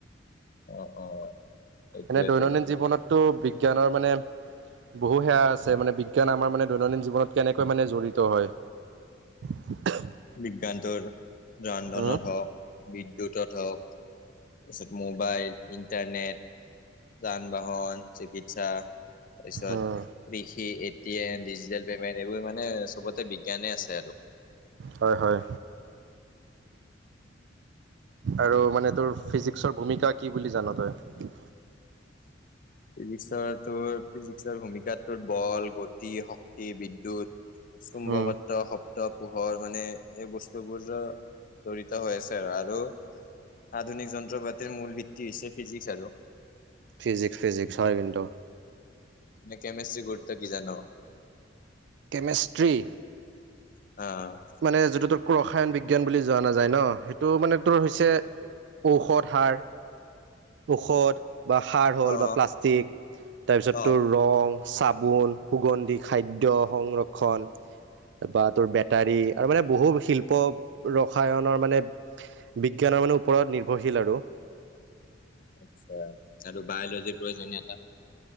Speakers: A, on the left (about 45°); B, on the right (about 65°).
A: অ', অ', সেইটোয়ে
B: এনে দৈনন্দিন
A: তোৰ
B: জীৱনতটো বিজ্ঞানৰ মানে বহু সেয়া আছে মানে বিজ্ঞান আমাৰ মানে দৈনন্দিন জীৱনত কেনেকৈ মানে জড়িত হয়। <inaudible>
A: বিজ্ঞানটোৰ ৰান্ধনত
B: উম
A: হওক বিদ্যুত হওক, তাৰপিছত মোবাইল, ইণ্টাৰনেট যান বাহন, চিকিৎসা তাৰপিছত
B: উম
A: কৃষি, A T M, digital payment এইবোৰ মানে চবতে বিজ্ঞানে আছে আৰু।
B: হয় হয়। আৰু মানে তোৰ ফিজিক্সৰ ভূমিকা কি বুলি জান তই?
A: ফিজিক্সৰ তো ফিজিক্সৰ ভূমিকাত বল, গতি, শক্তি, বিদ্যুত, চুম্বকত্ব
B: উম
A: পোহৰ মানে এই বস্তুবোৰ জৰিড় হৈ আছে আৰু। আধুনিক যন্ত্ৰ পাতিৰ মূল ভিত্তি হৈছে ফিজিক্স আৰু
B: ফিজিক্স ফিজিক্স হয় কিন্তু।
A: নে কেমেষ্ট্ৰীৰ গুৰুত্ব কি জান?
B: কেমেষ্ট্ৰী-
A: অ
B: মানে যিটো তো ৰসায়ন বিজ্ঞান বুলি যোৱা নাযায় ন? সেইটো মানে তোৰ হৈছে ঔষধ সাৰ, ঔষধ বা সাৰ হ'ল
A: অ
B: বা প্লাষ্টিক। তাৰপিছত
A: অ
B: তোৰ ৰং, চাবোন সুগন্ধি খাদ্যৰ সংৰক্ষণ বা তোৰ বে- টাৰি আৰু মানে বহু শিল্প ৰসায়নৰ মানে বিজ্ঞানৰ মানে ওপৰত নিৰ্ভৰশীল আৰু-
A: আচ্ছা, আৰু বায়লজিৰ প্ৰয়োজন এটা